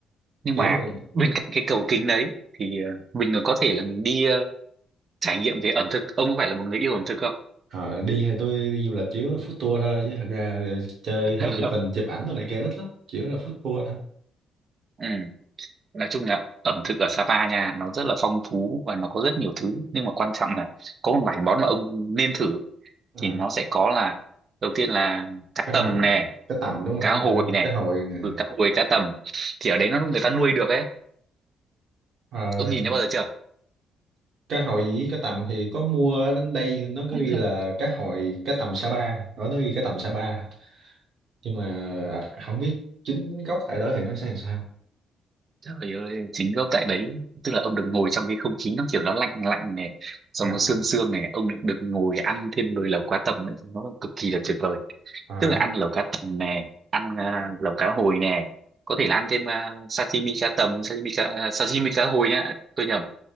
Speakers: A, on the right; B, on the right.
A: nhưng
B: kiểu
A: mà
B: mà
A: bên cạnh cái cầu kính đấy thì ờ, mình còn có thể là mình đi ờ, trải nghiệm về ẩm thực ông có phải là một người yêu ẩm thực không
B: à, đi hay tôi đi du lịch chủ yếu là food tour thôi chứ thật ra chơi
A: <laughs>
B: hay chụp hình chụp ảnh đồ này kia ít lắm chủ yếu là food tour thôi
A: ừ. nói chung là ẩm thực ở Sapa nha nó rất là phong phú và nó có rất nhiều thứ nhưng mà quan trọng là có một vài món mà ông nên thử
B: à,
A: thì nó sẽ có là đầu tiên là cá
B: cá
A: tầm
B: hồi
A: nè
B: cá tầm đúng không
A: cá hồi
B: Đợi,
A: này
B: cá hồi nè
A: ừ, cá hồi cá tầm thì ở đấy nó người ta nuôi được ấy
B: à,
A: ông nhìn thấy bao giờ chưa
B: cá hồi với cá tầm thì có mua đến đây nó cứ
A: <clears throat>
B: ghi là cá hồi cá tầm Sa Pa đó nó ghi cá tầm Sa Pa nhưng mà không biết chính gốc tại đó thì nó sẽ làm sao
A: trời ơi chính gốc tại đấy tức là ông được ngồi trong cái không khí nó kiểu nó lạnh lạnh này xong
B: à,
A: nó sương sương này ông lại được ngồi ăn thêm nồi lẩu cá tầm ấy, nó cực kỳ là tuyệt vời
B: à,
A: tức là ăn lẩu cá tầm nè ăn à, lẩu cá hồi nè có thể là ăn thêm à, sashimi cá tầm sashimi cá à, sashimi cá hồi nhá tôi nhầm